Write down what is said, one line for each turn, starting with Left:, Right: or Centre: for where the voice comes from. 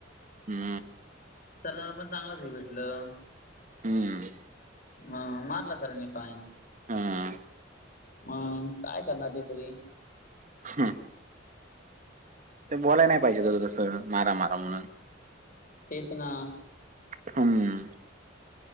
Right: ह्म.
Left: सरांना पण चांगलंच हे भेटलं.
Right: हम्म्म्.
Left: मग मारला सरांनी फाईन,
Right: हा
Left: मग काय करणार ते तरी.
Right: ह्म. ते बोलायला नाही पाहिजे होतं तसं मारा-मारा म्हणून.
Left: तेच ना.
Right: <unintelligible>